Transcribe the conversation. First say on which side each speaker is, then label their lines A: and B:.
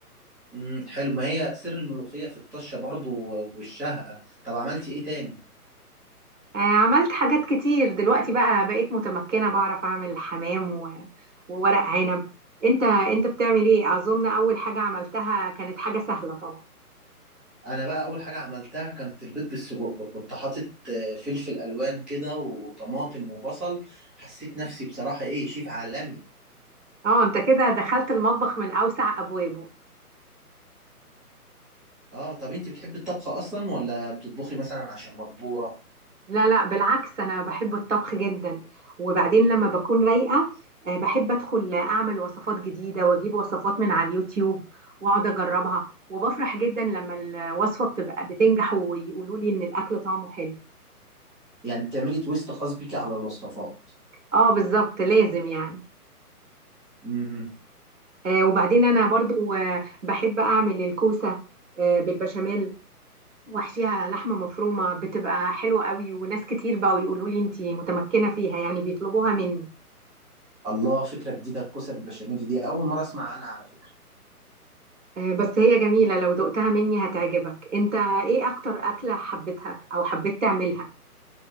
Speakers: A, in the centre; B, on the right.
A: امم حلو ما هي سر الملوخية في الطشة برضو والشهقة طب عملتي ايه تاني
B: آه، عملت حاجات كتير دلوقتي بقى بقيت متمكنه بعرف اعمل حمام و- وورق عنب انت انت بتعمل ايه اظن اول حاجه عملتها كانت حاجه سهله طبعا
A: انا بقى اول حاجة عملتها كانت البيض بالسجق كنت حاطط آه، فلفل الوان كده وطماطم وبصل حسيت نفسي بصراحة ايه شيف عالمي
B: اه انت كده دخلت المطبخ من اوسع ابوابه
A: اه طب انت بتحبي الطبخ اصلا ولا بتطبخي مثلا عشان مجبورة
B: لا لا بالعكس انا بحب الطبخ جدا وبعدين لما بكون رايقه آه، بحب ادخل اعمل وصفات جديده واجيب وصفات من على اليوتيوب واقعد اجربها وبفرح جدا لما الوصفه بتبقى بتنجح ويقولوا لي ان الاكل طعمه حلو
A: يعني بتعملي تويست خاص بيكي على الوصفات
B: اه بالظبط لازم يعني
A: امم امم.
B: آه، وبعدين انا برضو آه، بحب اعمل الكوسه آه، بالبشاميل واحشيها لحمه مفرومه بتبقى حلوه قوي وناس كتير بقوا يقولوا لي انتي متمكنه فيها يعني بيطلبوها مني
A: الله فكرة جديدة الكوسة بالبشاميل دي اول مرة اسمع عنها على فكرة
B: آه، بس هي جميلة لو دقتها مني هتعجبك انت ايه اكتر اكلة حبيتها او حبيت تعملها